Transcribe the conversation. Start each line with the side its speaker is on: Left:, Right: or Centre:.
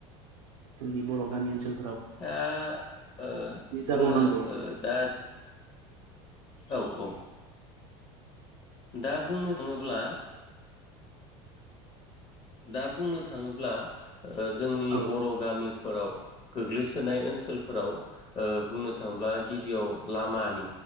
Right: जोंनि बर' गामि ओनसोल
Left: ओ ओ बुङो
Right: जाबावनांगौ
Left: ओ दा औ औ। दा बुंनो थाङोब्ला दा बुंनो थाङोब्ला ओ जोंनि
Right: औ
Left: बर' गामिफोराव गोग्लैसोनाय ओनसोलफोराव ओ बुंनो थांब्ला गिबियाव लामानि